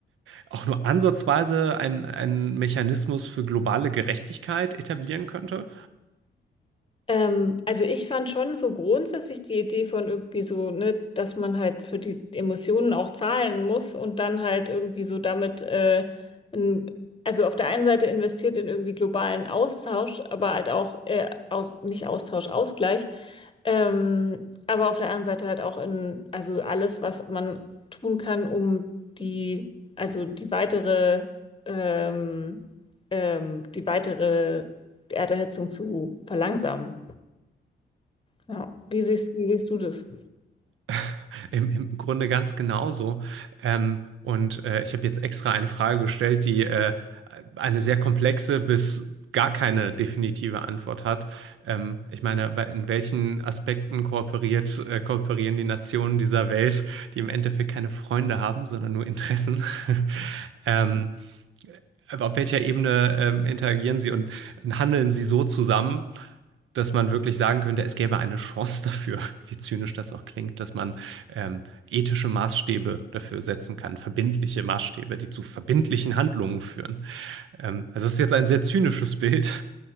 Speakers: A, on the right; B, on the left.
A: auch nur ansatzweise einen, einen Mechanismus für globale Gerechtigkeit etablieren könnte.
B: Ähm, also ich fand schon so grundsätzlich die Idee von irgendwie so, ne, dass man halt für die Emotionen auch zahlen muss und dann halt irgendwie so damit, äh, in, also auf der einen Seite investiert in irgendwie globalen Austausch, aber halt auch äh, aus, nicht Austausch, Ausgleich, ähm, aber auf der anderen Seite halt auch in, also alles, was man tun kann, um die, also die weitere, ähm, ähm, die weitere Erderhitzung zu verlangsamen. Ja. Wie siehst, wie siehst du das?
A: <laughs> Im, Im Grunde ganz genauso. Ähm, und äh, ich habe jetzt extra eine Frage gestellt, die äh, eine sehr komplexe bis gar keine definitive Antwort hat. Ähm, ich meine, bei, in welchen Aspekten kooperiert, äh, kooperieren die Nationen dieser Welt, die im Endeffekt keine Freunde haben, sondern nur Interessen? <laughs> ähm, auf welcher Ebene ähm, interagieren sie und handeln sie so zusammen, dass man wirklich sagen könnte, es gäbe eine Chance dafür, <laughs> wie zynisch das auch klingt, dass man ähm, ethische Maßstäbe dafür setzen kann, verbindliche Maßstäbe, die zu verbindlichen Handlungen führen. Ähm, also es ist jetzt ein sehr zynisches Bild,